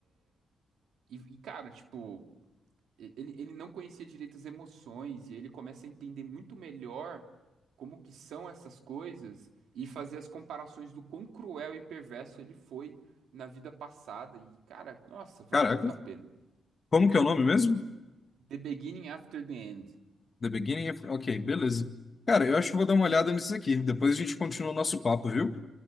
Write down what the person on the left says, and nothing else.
Caraca,
como que é o nome mesmo?
The beginning of... Ok, beleza. Cara, eu acho que vou dar uma olhada nisso aqui. Depois a gente continua o nosso papo, viu?